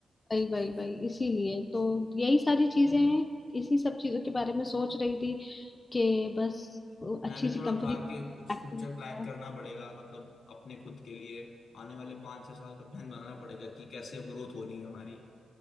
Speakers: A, on the left; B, on the left.
A: वही वही वही इसीलिए तो यही सारी चीजें हैं इसी सब चीजों के बारे में सोच रही थी कि बस अच्छी
B: मैं भी
A: सी
B: थोड़ा
A: कंपनी
B: था कि कुछ
A: एक्टिव
B: फ्यूचर प्लान
A: हो
B: करना पड़ेगा मतलब अपने खुद के लिए आने वाले पाँच छह साल का प्लान बनाना पड़ेगा कि कैसे अब ग्रोथ होनी है हमारी